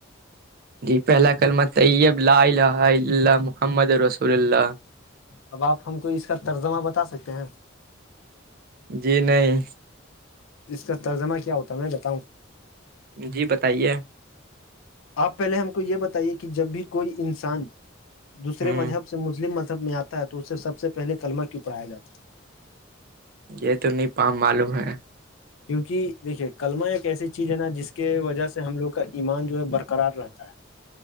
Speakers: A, on the right (about 50°); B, on the left (about 90°).
A: جی پہلا کللمہ طیب لا الہ الا اللہ محمد رسول اللہ صلی اللہ علیہ وسلم
B: اب آپ ہم کو اس کا ترجمہ بتا سکتے ہیں
A: جی نہیں
B: اس کا ترجمہ کیا ہوتا ہے میں بتاؤں
A: جی بتائیے
B: آپ پہلے ہم کو یہ بتائیے کہ جب بھی کوئی انسان دوسرے
A: ہوں
B: مذہب سے مسلم مذہب میں آتا ہے تو اسے سب سے پہلے کلمہ کیوں پڑھایا جاتا ہے
A: یہ تو نہیں پم معلوم ہے
B: کیونکہ دیکھیے کلمہ ایک ایسی چیز ہے نا جس کے وجہ سے ہم لوگ کا ایمان جو ہے برقرار رہتا ہے